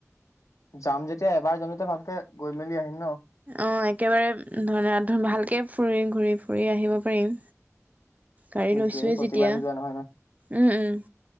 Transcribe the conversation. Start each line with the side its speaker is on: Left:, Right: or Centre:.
Left: যাম যেতিয়া এবাৰ যাম তেতিয়া ভালকে গৈ মেলি আহিম ন।
Right: অ', একেবাৰে ধ ভালকে ফুৰি ঘূৰি ফুৰি আহিব পাৰিম গাড়ী
Left: সেইটোৱে
Right: লৈছোয়ে
Left: প্ৰতিবাৰতো
Right: যেতিয়া
Left: যোৱা নহয় ন
Right: উম, উম